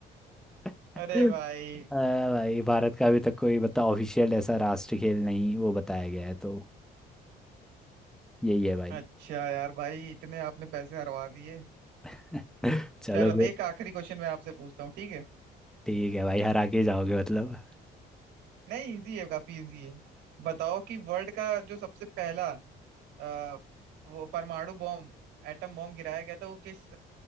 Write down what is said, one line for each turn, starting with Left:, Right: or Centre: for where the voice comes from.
Centre: <laughs>
Right: अरे भाई
Centre: आ, भाई भारत का अभी तक कोई बता ऑफिशियल ऐसा राष्ट्रीय खेल नहीं वो बताया गया है तो यही है भाई
Right: अच्छा यार भाई इतने आपने पैसे हरवा दिए
Centre: <laughs> चलो
Right: चलो
Centre: फिर
Right: एक आखिरी क्वेश्चन मैं आपसे पूछता हूँ ठीक है
Centre: ठीक है भाई हरा के जाओगे मतलब
Right: नहीं इजी है काफी इजी है बताओ कि वर्ल्ड का जो सबसे पहला अ, वो परमाणु बॉम्ब एटम बॉम्ब गिराया गया था वो किस